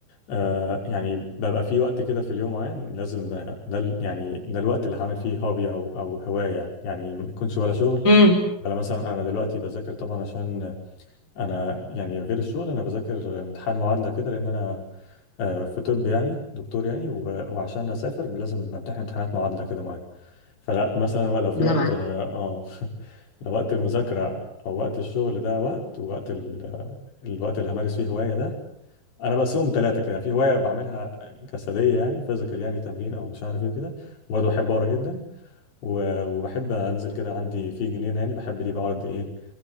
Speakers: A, on the left (about 80°); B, on the left (about 15°).
A: آه يعني ببقى في وقت كده في اليوم معين لازم آه، ده ال- يعني ده الوقت اللي هعمل فيه هوبي او او هوايه يعني يعني ما يكونش ولا شغل
B: امم
A: ولا مثلا انا دلوقتي بذاكر طبعا عشان انا يعني غير الشغل انا بذاكر امتحان معادله كده لان انا آه، في طب يعني دكتور يعني و- وعشان اسافر لازم امتحن امتحانات معادله كده معينه فلا مثلا هو لو
B: ربنا
A: في وقت
B: معاك
A: اه <laughs> لو وقت المذاكرة أو وقت الشغل ده وقت ووقت ال... الوقت اللي همارس فيه هواية ده أنا بقسمهم ثلاثة كده في هواية بعملها جسدية يعني فيزيكال يعني تمرين أو مش عارف إيه كده برضه بحب أقرأ جدا و... وبحب أنزل كده عندي في جنينة يعني بحب دي بقعد إيه